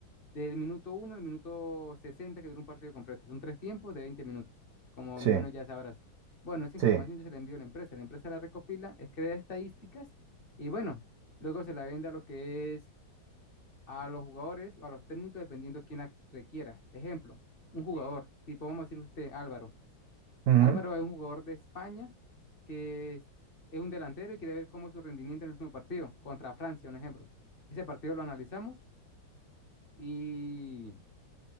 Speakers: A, on the left; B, on the right.
A: Del minuto uno al minuto 60 que dura un partido completo. Son tres tiempos de 20 minutos, como
B: sí,
A: menos ya sabrás. Bueno, esa información
B: sí,
A: yo se la envío a la empresa. La empresa la recopila, es- crea estadísticas y bueno, luego se la vende a lo que es a los jugadores o a los técnicos dependiendo quién la requiera. Ejemplo, un jugador, tipo vamos a decir usted, Álvaro.
B: ujú,
A: Álvaro es un jugador de España que es, es un delantero y quiere ver cómo es su rendimiento en el último partido contra Francia, un ejemplo. Ese partido lo analizamos y